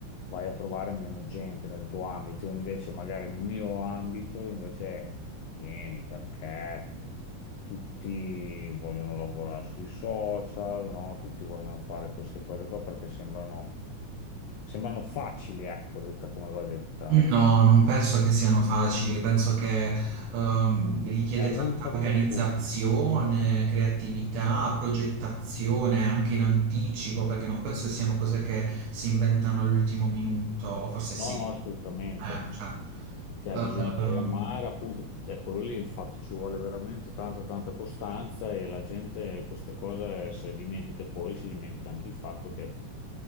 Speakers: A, on the left (about 85°); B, on the right (about 75°).
A: vai a trovare meno gente nel tuo ambito. Io invece, magari nel mio ambito, invece è pieni perché tutti vogliono lavorare sui social, no? Tutti vogliono fare queste cose qua perché sembrano, sembrano facili, ecco, detta come va detta.
B: No, non penso che siano facili, penso che ehm, richiede
A: È molto
B: tanta
A: opportuno.
B: organizzazione, creatività, progettazione anche in anticipo, perché non penso che siano cose che si inventano all'ultimo minuto, o forse sì.
A: No, no, assolutamente.
B: eh, cioè,
A: Cioè,
B: ehm,
A: bisogna programmare, appunto, è quello lì, infatti, ci vuole veramente tanta, tanta costanza e la gente queste cose se le dimentica. E poi si dimentica anche il fatto che